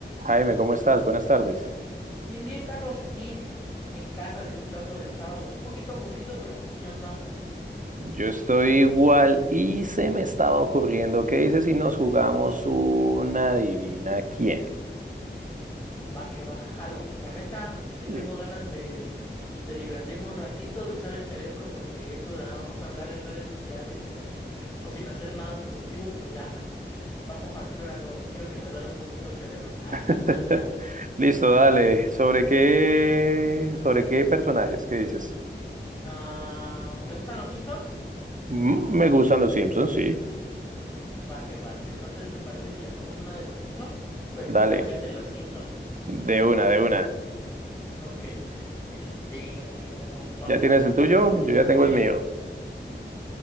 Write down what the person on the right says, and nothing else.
Jaime, ¿cómo estás? Buenas tardes.
Yo estoy igual y se me estaba ocurriendo, ¿qué dices si nos jugamos una adivina quién?
L-
<laughs>
Listo, dale. ¿Sobre qué, sobre qué personajes? ¿Qué dices?
Mm, me gustan los Simpsons, sí.
Dale,
de una,
de una.
¿Ya tienes
el tuyo?
Yo ya tengo el mío.